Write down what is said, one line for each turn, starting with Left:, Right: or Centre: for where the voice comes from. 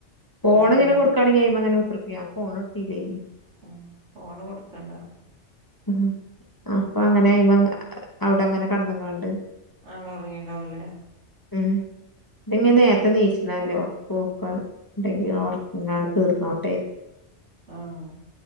Left: <inaudible> ഫോണ്
Right: അല്ല ഒറങ്ങി
Left: ഇങ്ങനെ കൊക്കുകയാണെങ്കിൽ അങ്ങനെ <unintelligible> ഫോണ് <unintelligible>
Right: ഉം ഫോണ് കൊടുക്കണ്ടാ
Left: ഉം അപ്പൊ അങ്ങനെ ഇവൻ അവിടെ അങ്ങനെ കിടന്നകൊണ്ട്
Right: അങ്ങ് ഉറങ്ങിട്ട്ണ്ടാവ്‌ല്ലേ
Left: ഉം ഇത് ഇനി നേരത്തെനിശല്ലല്ലോ <unintelligible> ഇന്നാണ് തീർന്നോട്ടെ
Right: ആഹ്